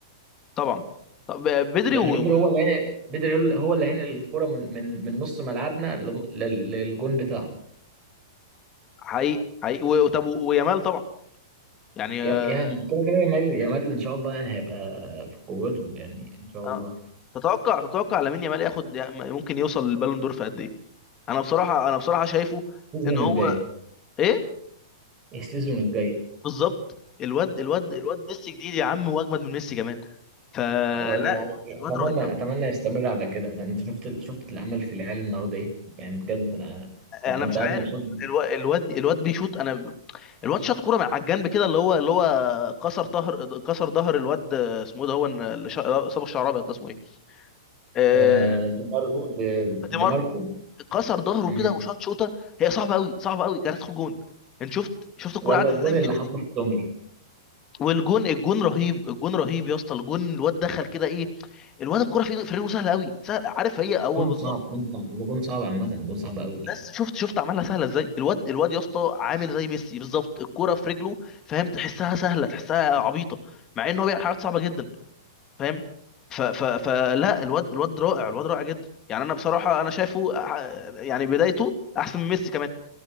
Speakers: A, on the left (about 25°); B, on the right (about 25°).
A: طبعا طب آه، بدري
B: لأن
A: و...
B: بدري
A: و...
B: هو اللي هين... بدري هو اللي هينقل الكرة من من من نص ملعبنا لم- لل- للجون بتاعهم
A: حقيقي حقيقي و... طب و... ويامال طبعا يعني
B: يب-
A: آه...
B: يعني كده كده يامال يامال إن شاء الله يعني هيبقى في قوته يعني إن شاء
A: آه.
B: الله
A: تتوقع تتوقع لامين يامال ياخد ممكن يوصل للبالون دور في قد ايه انا بصراحه انا بصراحه شايفه
B: السيزون
A: ان هو
B: الجاي
A: ايه
B: السيزون الجاي
A: بالظبط الواد الواد الواد ميسي جديد يا عم واجمد من ميسي كمان فلا
B: يعني
A: الواد الواد
B: اتمنى
A: رهيب قوي
B: اتمنى يستمر على كده ده انت شفت ال- شفت العمل في العيال النهارده ايه يعني بجد انا
A: انا
B: انا كنت
A: مش
B: قاعد
A: عارف
B: مبسوط
A: الواد الواد الواد بيشوط انا ب- الواد شاط كوره من على الجنب كده اللي هو اللي هو كسر ظهر كسر ظهر الواد آه، اسمه ايه ده هو إن- اللي شا- صبغ شعر ابيض ده اسمه ايه آه،
B: آه، دي ماركو دي-
A: دي
B: دي
A: ماركو
B: ماركو.
A: كسر ظهره
B: مم.
A: كده وشاط شوطه هي صعبه قوي صعبه قوي كانت تدخل جون انت شفت شفت الكرة
B: ولا
A: عدت
B: الجون
A: ازاي من
B: اللي
A: بيني
B: حطه
A: دي
B: في سومر
A: والجون الجون رهيب الجون رهيب يا اسطى الجون الواد دخل كده ايه الواد الكرة في ايده في رجله سهله قوي سهل عارف هي هو
B: جون
A: بالظبط
B: صعب جون صعب هو جون صعب عامه جون صعب قوي
A: بس شفت شفت عملها سهله ازاي الواد الواد يا اسطى عامل زي ميسي بالظبط الكرة في رجله فاهم تحسها سهله تحسها عبيطه مع ان هو بيعمل حاجات صعبه جدا فاهم ف ف فلا الواد الواد رائع الواد رائع جدا يعني انا بصراحه انا شايفه ع- يعني بدايته احسن من ميسي كمان